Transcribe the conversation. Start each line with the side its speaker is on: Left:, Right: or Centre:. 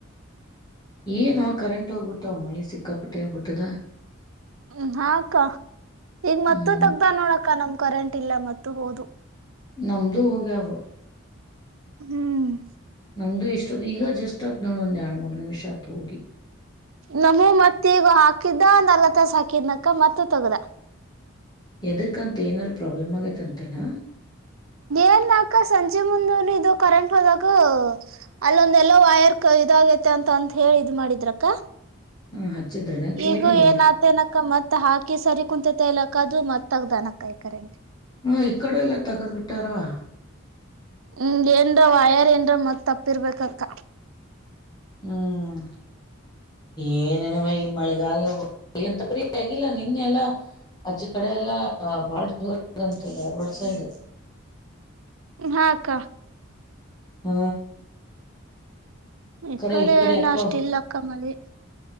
Left: ಏನ್ವ ಕರೆಂಟ್ ಹೋಗ್ಬಿಟ್ಟ್ ಮಳಿ ಸಿಕ್ಕಾಪಿಟ್ಟೆ ಆಗ್ಬಿಟ್ಟದ
Right: ಹ್ಮ ಅಕ್ಕ ಈಗ ಮತ್ತ
Left: ಹ್ಮ್
Right: ತಗ್ದ ನೋಡಕ್ಕ ನಮ್ ಕರೆಂಟ್ ಇಲ್ಲ ಮತ್ತು ಹೋದು
Left: ನಮ್ದು ಹೋಗ್ಯವು
Right: ಹ್ಮ್
Left: ನಮ್ದು ಇಷ್ಟದ ಈಗ ಜಸ್ಟ್ ಆತ್ ನೋಡ್ ಒಂದ್ ಎರಡು ಮೂರು ನಿಮಿಷ ಆತ್ ಹೋಗಿ
Right: ನಮ್ಮೂ ಮತ್ತ ಈಗ ಹಾಕಿದ್ದ ನಲ್ಲಕ್ ತಾಸ ಹಾಕಿದನಕ ಮತ್ತ ತಗ್ದ
Left: ಯದಕ್ಕಂತ ಏನಾರೂ ಪ್ರಾಬ್ಲಮ್ ಆಗೈತಂತೇನಾ
Right: ಏನ್ನಾಕ ಸಂಜೆ ಮುಂದ ಇದು ಕರೆಂಟ್ ಹೋದಾಗ ಅಲ್ಲೊಂದ ಎಲ್ಲೋ ವೈರ್ ಕ ಇದ ತೆ ಅಂತ ಅಂತ ಹೇಳಿದ್ ಇದ್ದ್ ಮಾಡಿದ್ರಕ್ಕ
Left: ಹ್ಮ್ ಹಚ್ಚಿದ್ರನ ಕಿವಿಗೆ
Right: ಈಗ ಏನ್ ಆತನಕ್ಕ ಮತ್ ಹಾಕಿ ಸರಿ ಕುಂತತೆ ಇಲಕ್ಕ ಕದು ಮತ್ತ್ ತಗ್ದಂಕಾ ಈ ಕರೆಂಟ್
Left: ಹ್ಮ ಈ ಕಡ ಎಲ್ಲ ತಗದ್ ಬಿಟ್ಟಾರವಾ
Right: ಹ್ಮ ಏನ್ ವೈಯರ್ ಏನ್ರ ಮತ್ ತಪ್ಪಿರ್ಬೇಕಕ್ಕ
Left: ಹ್ಮ್ ಏನ್ ಏನವ್ವ ಈ ಮಳೆಗಾಲ ಅ ಎಂತ ಪ್ರೀ ಆಗಿಲ್ಲ ನಿನ್ನೆ ಎಲ್ಲಾ ಅಚ್ಚಿ ಕಡೆ ಎಲ್ಲ ಬಾಳ ಜೋರ್ <unintelligible> ಡು
Right: ಹ ಅಕ್ಕ
Left: ಹ್ಮ
Right: ಇಕ್ಕಡೆ
Left: ಕರ ಇ ಕಡೆ ಯಾಕೋ
Right: ನಾಷ್ಟಿಲ್ಲ ಅಕ್ಕ ಮಳಿ